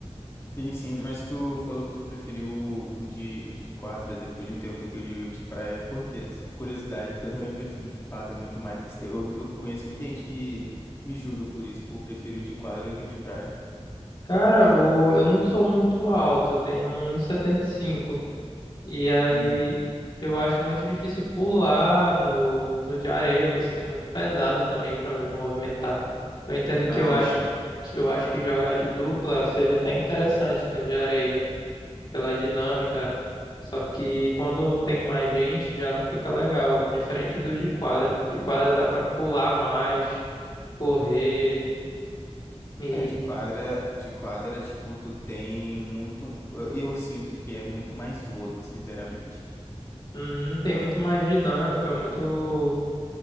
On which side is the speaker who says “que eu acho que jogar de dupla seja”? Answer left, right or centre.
Left